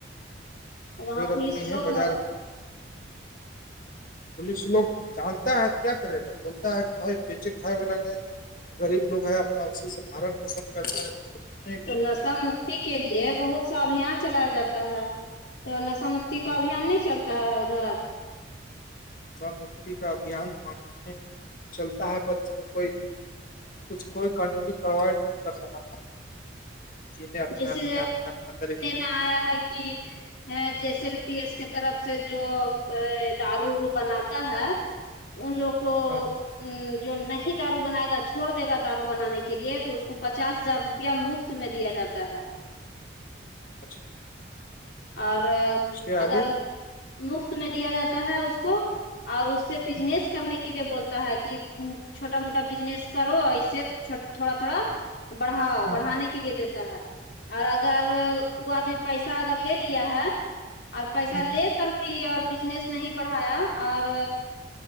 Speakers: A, on the left; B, on the left.
A: اور وہاں
B: کوئی روک
A: پولیس
B: نہیں ہے
A: لوگ
B: بازار کی پولیس لوگ جانتا ہے کیا کرے گا بولتا ہے کہ بھائی بیچے کھائے والا نے غریب لوگ ہے اپنا اسی سے بارن پوشن کرتا ہے کچھ نہیں
A: تو
B: بولتا
A: نشا
B: ہے
A: مکتی کے لیے بہت سا ابھیان چلایا جاتا ہے تو نشا مکتی کا
B: ہاں
A: ابھیان نہیں چلتا ہے ادھر
B: مکتی کا ابھیانی میں چلتا ہے پر اس پر کوئی کچھ کوئی قانونی کوائی نہیں کر رہا ہے جی نے اپنا
A: جیسے
B: اپنا اپنا اپنا طریق
A: میں آیا ہے کہ ہے جیس ایل پی ایس کی طرف سے جو دارو ارو بناتا ہے ان لوگ کو
B: ہاں
A: ا جو نہیں دارو بناائے گا چھڑ د گا دارو بنان کے لیے تو اس کو پچاس ہزار روپیہ مفت میں دیا جاتا ہے
B: اچھا
A: اور
B: اس کے آگے
A: اگر مفت میں دیا جاتا ہے اس کو اور اس سے بزنس
B: ہوں
A: کرنے کے لیے بولتا ہے کہ چھوٹا موٹا بزنس کرو اور اسے تھوڑا تھوڑا بڑھاؤ
B: ہوں
A: بڑھانے کے لیے دیتا ہے اور اگر وہ آدمی پیسہ اگر لے لیا ہے اور پیسہ
B: ہوں
A: لے کر کے بھی اور بزنس نہیں بڑھایا اور